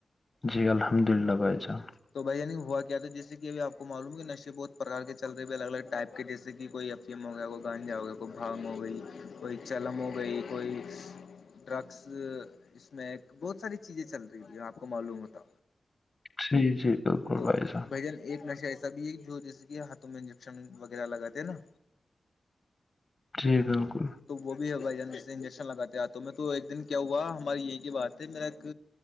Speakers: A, on the left (about 30°); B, on the left (about 80°).
A: جی الحمد للہ بھائی جان
B: تو بھائی عنی ہوا کیا تھا جیسے کہ اب آپ کو معلوم ہے کہ نشے بہت پرکار چ رہے ہیں الگ الگ ٹائپ کے جیسے کہ کوئی اب م ہو گیا کوئی گانجا ہو گیا کوئی بھاگ ہو گئی کوئی چلم ہو گئی کوئی ڈرگس اسمیک بہت ساری چیزیں چل رہی آپ کو معلوم ہوتا
A: جی جی بالکل
B: تو
A: جان
B: بھائی جن ایک نش سبھی ایک جو جیسے کہ ہاتھوں میں انجیکشن وغیرہ لگاتے ہیں نا
A: جی بالکل
B: تو وہ بھی ہو بھائی جان جیسے انجیکشنگاتے آتے تو میں تو ایک دن کیا ہوا ہماری یہی کی بات ہے میرا ایک